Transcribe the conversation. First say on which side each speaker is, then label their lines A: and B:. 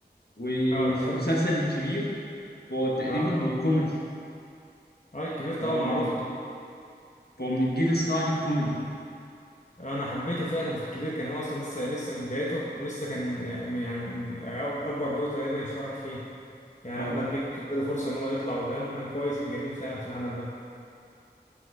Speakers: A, on the left; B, on the left.
A: وفي
B: آه تحب
A: مسلسل الكبير فهو تقريبا
B: آه
A: هو كوميدي
B: آه الكبير طبعا
A: فهو
B: معروف
A: من فهو من الجيل الصاعد الكوميدي
B: انا حبيته فعلا في الكبير كان هو اصلا لسه لسه في بدايته ولسه كان آه، يعني من أج- اكبر دور تقريبا يشترك فيه يعني
A: اه
B: احمد مكي اداله فرصه ان هو يطلع ويبان وكان كويس كان جميل فعلا في العمل ده